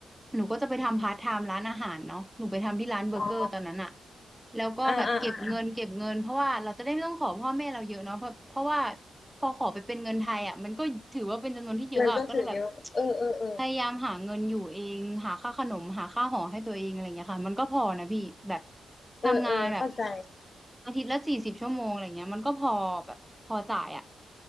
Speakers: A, in the centre; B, on the left (about 40°).
A: หนูก็จะไปทำพาร์ทไทม์ร้านอาหารเนาะหนูไปทำที่ร้านเบอร์เกอร์ตอนนั้นอะ
B: อ๋อ
A: แล้วก็แบบเก็บเงินเก็บเงินเพราะว่าเราจะได้ไม่ต้องขอพ่อแม่เราเยอะเนาะเพราะเพราะว่า
B: อ่าอ่าอ่า
A: พอขอไปเป็นเงินไทยอะมันก็ถือว่าเป็นจำนวนที่เยอะอะก็เลยแบบ
B: มันก็ถือเยอะเออเออเออ
A: พยายามหาเงินอยู่เองหาค่าขนมหาค่าหอให้ตัวเองอะไรางเงี้ยค่ะมันก็พอนะพี่แบบ
B: เออเออเข้าใจ
A: ทำงานแบบอาทิตย์ละสี่สิบชั่วโมงอะไรเงี้ยมันก็พอแบบพอจ่ายอะ